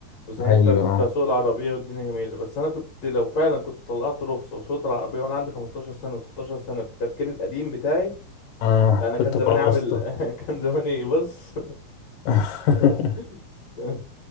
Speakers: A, on the left; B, on the left.
A: وساعتها
B: أيوه
A: كنت
B: أه
A: هسوق العربيه والدنيا جميله بس انا كنت لو فعلا كنت طلعت رخصه وسوقت العربيه وانا عندي 15 سنه و16 سنه بالتفكير القديم بتاعي
B: آه،
A: لا انا
B: كنت
A: كان زماني
B: بقى واسطة
A: عامل <laughs> كان زماني بص
B: <laughs>
A: <laughs>